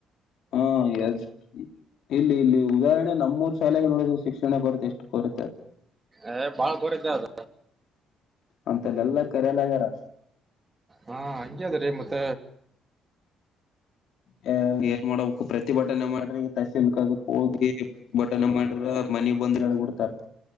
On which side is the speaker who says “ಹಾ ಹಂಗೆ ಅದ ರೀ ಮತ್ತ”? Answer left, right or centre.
Right